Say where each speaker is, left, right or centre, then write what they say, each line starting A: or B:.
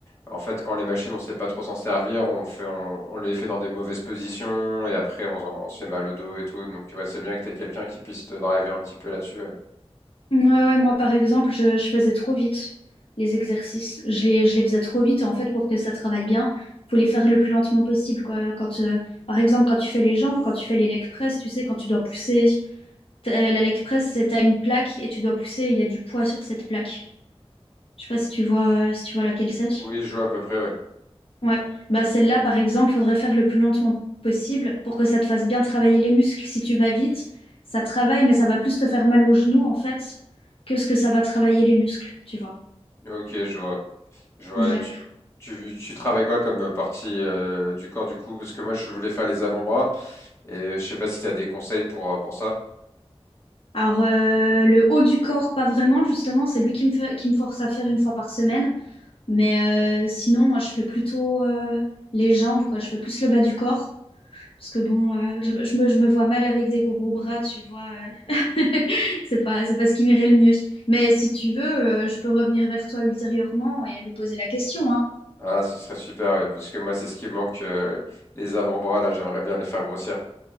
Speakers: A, on the left (about 25°); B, on the left (about 60°).
A: en fait, quand les machines, on sait pas trop s'en servir, on fait, on, on les fait dans des mauvaises positions et après on, s'en- on se fait mal au dos et tout. Donc ouais, c'est bien que t'aies quelqu'un qui puisse te driver un petit peu là-dessus. ouais.
B: Ouais, ouais, moi par exemple, je, je faisais trop vite les exercices. Je les, je les faisais trop vite. En fait, pour que ça travaille bien, faut les faire le plus lentement possible, quoi. Quand, euh, par exemple, quand tu fais les jambes, quand tu fais les leg press, tu sais, quand tu dois pousser, t'as- la leg press, c'est t'as une plaque et tu dois pousser. Il y a du poids sur cette plaque. Je sais pas si tu vois, euh, si tu vois laquelle c'est.
A: Oui, je vois à peu près, ouais.
B: Ouais. Bah celle-là, par exemple, faudrait faire le plus lentement possible pour que ça te fasse bien travailler les muscles. Si tu vas vite, ça travaille, mais ça va plus te faire mal aux genoux, en fait, que ce que ça va travailler les muscles, tu vois.
A: Ok, je vois. Je vois.
B: Ouais.
A: Et Tu, tu, tu travailles quoi comme euh, partie euh, du corps du coup? Parce que moi, je voulais faire les avant-bras et euh, je sais pas si tu as des conseils pour, euh, pour ça.
B: Alors, euh, le haut du corps, pas vraiment, justement, c'est lui qui me fait, qui me force à faire une fois par semaine. Mais euh, sinon, moi, je fais plutôt euh, les jambes, quoi. Je fais plus le bas du corps. Parce que bon, euh, je, je me, je me vois mal avec des gros bras, tu vois. euh. <laughs> C'est pas, c'est pas ce qui m'irait le mieux. Mais si tu veux, euh, je peux revenir vers toi ultérieurement et lui poser la question, hein.
A: Ah, ce serait super, oui, parce que moi, c'est ce qui me manque, euh, les avant-bras, là, j'aimerais bien les faire grossir.